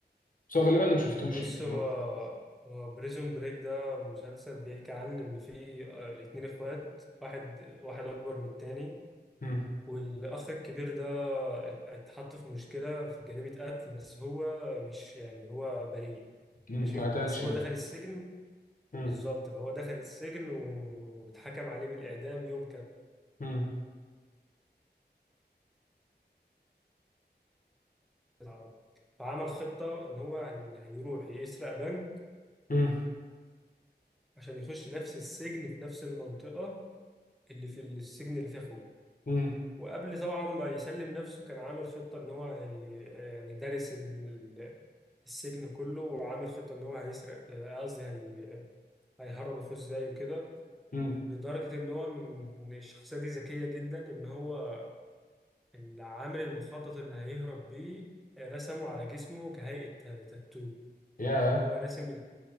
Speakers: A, on the left (about 50°); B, in the centre.
A: بس هو غالبا انا مشفتوش
B: بص
A: يعني انا
B: هو هو بريزون بريك ده مسلسل بيحكي عن ان في آه، اتنين اخوات واحد واحد اكبر من التاني
A: امم
B: والاخ الكبير ده ات- اتحط في مشكلة في جريمة قتل بس هو مش يعني هو بريء
A: امم
B: ماشي
A: ما قتلش
B: بس هو
A: يعني
B: دخل السجن
A: امم
B: بالظبط فهو دخل السجن واتحكم عليه بالإعدام يوم
A: امم
B: اه فعمل خطة إن هو هي- هيروح يسرق بنك
A: امم
B: عشان يخش نفس السجن في نفس المنطقة اللي في السجن اللي فيه أخوه
A: امم
B: وقبل طبعا ما يسلم نفسه كان عامل خطة إن هو هي- يعني دارس ال- السجن كله وعامل خطة إن هو هيسرق آه، قصدي هي- هيهرب أخوه إزاي وكده
A: امم
B: لدرجة إن هو من الشخصية دي ذكية جدا إن هو اللي عامل المخطط اللي هيهرب بيه آه، رسمه على جسمه كهيئة تاتو
A: يا
B: يعني هو راسم